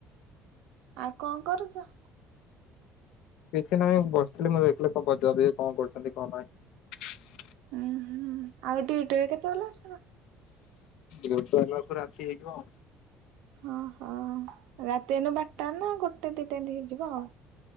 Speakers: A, on the right (about 75°); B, on the left (about 60°).
A: ଆଉ କଣ କରୁଚ।
B: କିଛି ନାହିଁ ମୁ ବସିଥିଲି ମୁଁ ଦେଖିଲି କଣ ପଚିବା କଣ କରୁଛନ୍ତି କଣ ନାହିଁ।
A: ଉଁ ହୁଁ ଆଉ ଡିଉଟିରୁ କେତେବେଳେ ଆସିବ।
B: ଗୋଟେ ହେଲା ପରେ ଆସି ହେଇଯିବ।
A: ଓ ହୋ ରାତି ହେନେ ବାରଟା ନା ଗୋ ଗୋଟେ ଦିଇଟା ଦି ହେଇଯିବ ଆଉ।